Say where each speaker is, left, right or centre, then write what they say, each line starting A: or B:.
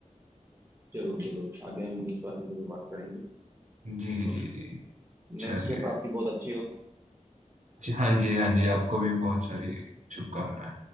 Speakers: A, on the right; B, on the right.
A: जरूर जरूर आगे हम इस बारे में जरूर बात करेंगे
B: जी
A: और
B: जी जी
A: नेक्स्ट
B: चलिए
A: ट्रिप आपकी बहुत अच्छी हो
B: जी हाँ जी हाँ जी आपको भी बहुत सारी शुभकामनाएं